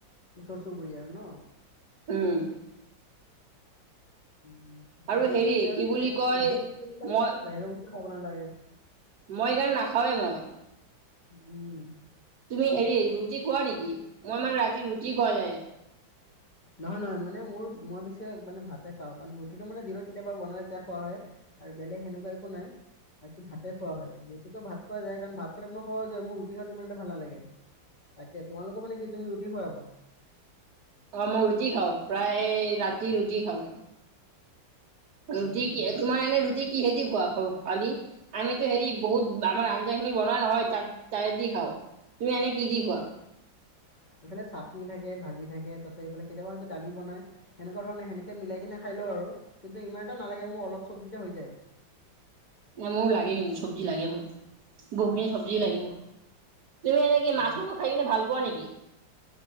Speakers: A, on the left (about 25°); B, on the right (about 60°).
A: ওচৰ চুবুৰীয়া। ন
B: উম
A: উ ঠিকে
B: আৰু
A: আছে
B: হেৰি
A: তাকে আৰু
B: কি বুলি কয়
A: মানুহোগে
B: মই
A: বাহিৰৰ বস্তু খাব নালাগে
B: মই এই কাৰণে নাখাওঁৱেই মই।
A: উম।
B: তুমি হেৰি ৰুটি খোৱা নেকি? মই মানে ৰাতি ৰুটি খুৱোৱা নাই।
A: নহয়, নহয় মানে মোৰ মই বেছি মানে ভাতে খাওঁ। কাৰণ, ৰুটিটো মানে দিনত কেতিয়াবা বনালে তেতিয়া খোৱা হয়। আৰু বেলেগ সেনেকুৱা একো নাই। বাকী ভাতে খোৱা হয়। বেছিকৈ ভাত খোৱা যায় কাৰণ, ভাত খালে মানোৰ সহজ হয় মোৰ ৰুটি খাওঁ ইমানটা ভাল লাগে। তাকে তোমালোকৰ মানে কি তুমি ৰুটি খোৱা অকল।
B: অ, মই ৰুটি খাওঁ প্ৰায় ৰাতি ৰুটি খাওঁ মই। ৰুটি
A: অ
B: কি
A: খোৱা
B: তোমাৰ এনে ৰুটি কিহেদি খোৱা খোৱালি আমিতো হেৰি বহুত আমাৰ আন খিনি বনাই নহয় তাত তাৰে দি খাও। তুমি এনে কি দি খোৱা?
A: <unintelligible> এইফালে চাটনি থাকে ভাজি থাকে তপিছত এইফালে কেতিয়াবা হয়ত দালিনাই সেনেকুৱা ধৰণেনেকে মিলাইনে খাই লওঁ। কিন্তু, ইমান এটা নালাগে মোৰ অলপ চব্জিতে হৈ যায়।
B: ন, মোৰ লাগে কিন্তু চব্জি লাগে মোৰ। বহুখিনি চব্জি
A: অ',
B: লাগিবোৰ তুমি এনেকে
A: অ',
B: মাছ
A: বা
B: মাংস খাই কিনে ভাল পোৱা নেকি?